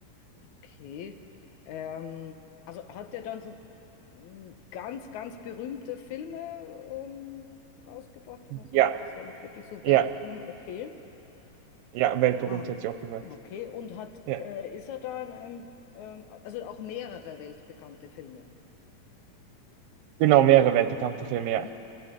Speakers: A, on the left (about 65°); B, on the right (about 80°).
A: okay. Ähm, also hat der dann so mm, ganz, ganz berühmte Filme ähm, rausgebracht, wo man sagen
B: Ja,
A: muss, das waren jetzt wirklich so
B: ja,
A: Weltruhm, okay.
B: ja, weltberühmt
A: Wow.
B: hätte ich auch gesagt.
A: Okay, und hat,
B: Ja,
A: äh, ist er da in einem, ähm, also auch mehrere weltbekannte Filme?
B: genau, mehrere weltbekannte
A: Mhm.
B: Filme, ja.